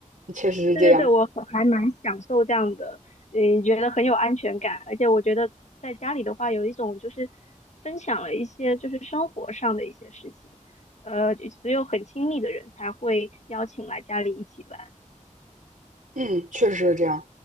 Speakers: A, on the right; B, on the left.
A: 确实是这样。
B: 对对对，我很还蛮享受这样的，嗯，觉得很有安全感，而且我觉得在家里的话，有一种就是分享了一些就是生活上的一些事情，呃，只有很亲密的人才会邀请来家里一起玩。
A: 嗯，确实是这样。